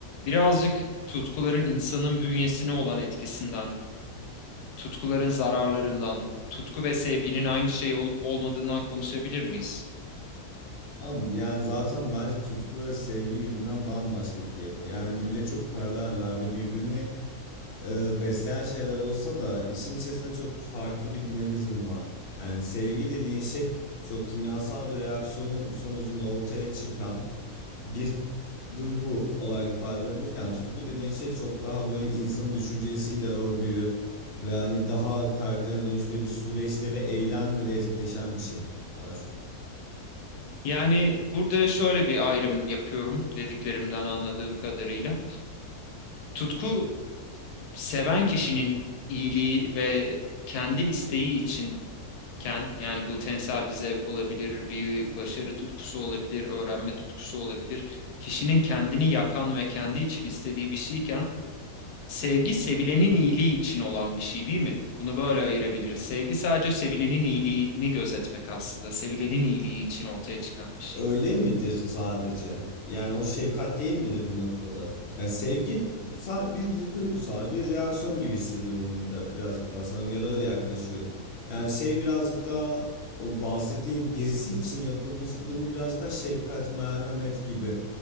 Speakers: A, on the left; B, on the left.
A: Birazcık tutkuların insanın bünyesine olan etkisinden, tutkuların zararlarından, tutku ve sevginin aynı şey olup olmadığından konuşabilir miyiz?
B: Abi yani zaten bence tutku ve sevgi birbirinden bambaşka iki yapı. Yani birbirle çok paraleller ve birbirini e, besleyen şeyler olsa da işin içerisinde çok farklı bir dinamizm var. Yani sevgi dediğin şey çok kimyasal bir reaksiyonun sonucunda ortaya çıkan bir duygu olarak ifade edebilirken tutku dediğin şey çok daha böyle insanın düşüncesiyle ördüğü ve hani daha karakterine dönüştüğü bir süreçte ve eylemle de etkileşen bir şey daha çok.
A: Yani burada şöyle bir ayrım yapıyorum dediklerimden anladığım kadarıyla. Tutku seven kişinin iyiliği ve kendi isteği içinken yani bu tensel bir zevk olabilir, bir başarı tutkusu olabilir, öğrenme tutkusu olabilir. Kişinin kendini yakan ve kendi için istediği bir şeyken Sevgi sevilenin iyiliği için olan bir şey değil mi? Bunu böyle ayırabiliriz. Sevgi sadece sevilenin iyiliğini gözetmek aslında. Sevilenin iyiliği için ortaya çıkan bir şey.
B: öyle midir sadece? Yani o şefkat değil midir bir noktada? Yani sevgi sa- bir du- duygusal bir reaksiyon gibi hissediyorum bir de, birazcık daha sanırım ya da öyle yaklaşıyorum. Yani şey birazcık daha o bahsettiğin birisi için yapılması durumu birazcık daha şefkat, merhamet gibi